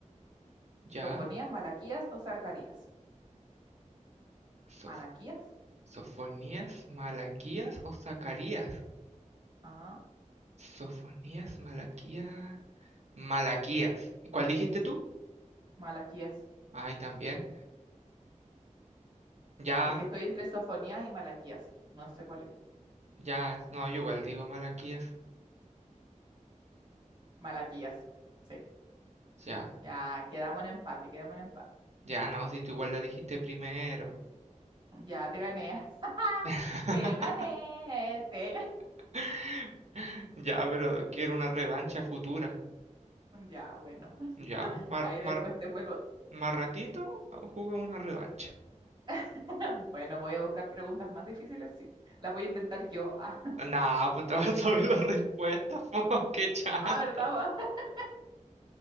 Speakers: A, on the right (about 60°); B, on the right (about 35°).
A: ya.
B: ¿Sofonías, Malaquías o Zacarías?
A: Sof-
B: Malaquías.
A: Sofonías, Malaquías o Zacarías.
B: Ajá,
A: Sofonías, Malaquías, Malaquías. ¿Y cuál dijiste tú?
B: Malaquías.
A: Ay, también. Ya,
B: Es que estoy entre Sofonías y Malaquías. No sé cuál es.
A: ya, no, yo igual digo Malaquías.
B: Malaquías. Sí.
A: Ya,
B: Ya, quedamos en empate, quedamos en empate.
A: ya, no, si tú igual la dijiste primero.
B: Ya te gané. <laughs>
A: <laughs>
B: Te gané, te gané. <laughs>
A: <laughs> Ya, pero quiero una revancha futura.
B: Ya, bueno.
A: Ya, más mar,
B: Ahí
A: mar,
B: después te vuelvo.
A: más ratito jugamos una revancha.
B: <laughs> Bueno, voy a buscar preguntas más difíciles. Sí. Las voy a inventar yo. <laughs>
A: Nah, pues te <laughs> vas a saber las respuestas, po, <laughs> qué chanta.
B: Ah, ¿verdad? <laughs> vos?